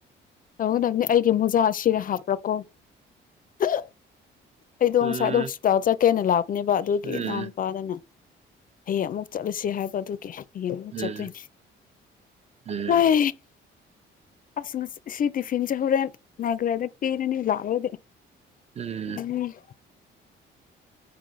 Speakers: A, on the left (about 45°); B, on the right (about 35°).
A: ꯇꯧꯒꯗꯕꯅꯤ ꯑꯩꯒꯤ ꯃꯣꯖꯥ ꯁꯤꯔ ꯍꯥꯞꯄ꯭ꯔꯥꯀꯣ ꯍ <inaudible> ꯑꯩꯗꯣ
B: ꯎꯝ
A: ꯉꯁꯥꯏꯗꯣ ꯍꯣꯁꯄꯤꯇꯥꯜ ꯆꯠꯀꯦꯅ ꯂꯥꯛꯄꯅꯦꯕ ꯑꯗꯨꯒꯤ
B: ꯎꯝ
A: ꯏꯅꯥꯎ ꯅꯨꯨꯄꯥꯗꯅ ꯍꯌꯦꯡ ꯑꯃꯨꯛ ꯆꯠꯂꯁꯤ ꯍꯥꯏꯕ ꯑꯗꯨꯒꯤ ꯌꯦꯌꯦꯡꯉ ꯆꯠꯇꯣꯏꯅꯦ
B: ꯎꯝ ꯎꯝ
A: ꯋꯥꯏ ꯑꯁ ꯉ ꯁꯤ ꯇꯤꯐꯤꯟ ꯆꯦ ꯍꯨꯔꯦꯟ ꯅꯥꯒ꯭ꯔꯦꯗ ꯄꯤꯔꯅꯤ ꯂꯥꯛꯑꯣꯗꯤ <unintelligible>
B: ꯎꯝ